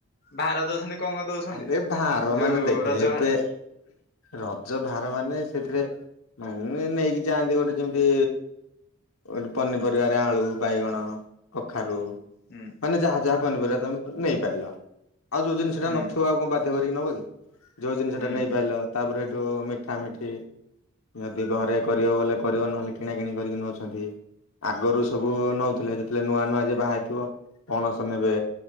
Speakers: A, on the left; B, on the left.
A: ଭାର ଦଉଛନ୍ତି କଣ କଣ ଦଉଛନ୍ତି
B: ଆବେ ଭାର
A: ଯୋଉ
B: ମାନେ ଦେଖେ
A: ରଜ
B: ଏବେ
A: ଭାର।
B: ରଜ ଭାର ମାନେ ସେଥିରେ ମାନେ ନେଇକି ଯାଆନ୍ତି ଗୋଟେ ଯେମିତି ଗୋଟେ ପନିପରିବାରେ ଆଳୁ ବାଇଗଣ କଖାରୁ
A: ହୁଁ
B: ମାନେ ଯାହା ଯାହା ପନିପରିବା ତମେ ନେଇପାରିଲ। ଆଉ ଯୋ ଜିନିଷଟା
A: ହୁଁ
B: ନଥିବ ଆଉ କଣ ବାଧ୍ୟ କରି କି ନବ କି? ଯୋଉ ଜିନିଷଟା
A: ହୁଁ
B: ନେଇ ପାଇଲ। ତାପରେ ତୋ ମିଠା ମିଠି ଯଦି ଘରେ କରିବ ବଲେ କରିବ ନହେଲେ କିଣା କିିଣି କରିକି ନଉଛନ୍ତି। ଆଗରୁ ସବୁ ନଉଥିଲେ ଯେତେବେଳେ ନୂଆ ନୂଆ ଯେ ବାହା ହେଇ ଥିବ। ପଣସ ନେବେ